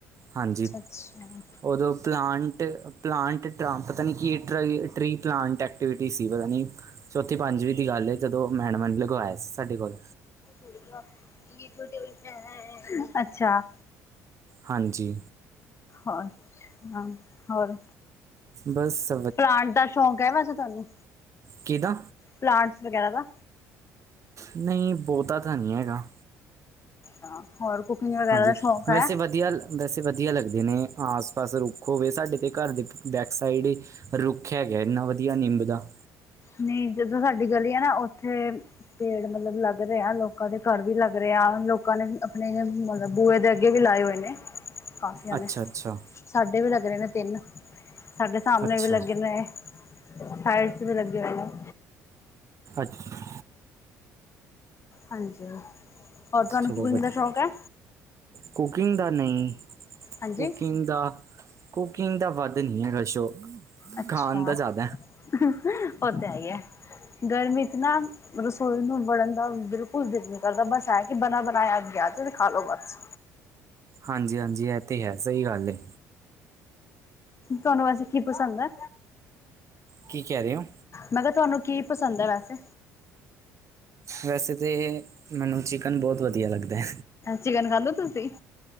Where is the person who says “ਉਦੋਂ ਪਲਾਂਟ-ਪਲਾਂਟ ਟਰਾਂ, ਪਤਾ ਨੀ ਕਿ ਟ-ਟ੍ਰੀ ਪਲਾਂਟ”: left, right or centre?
Right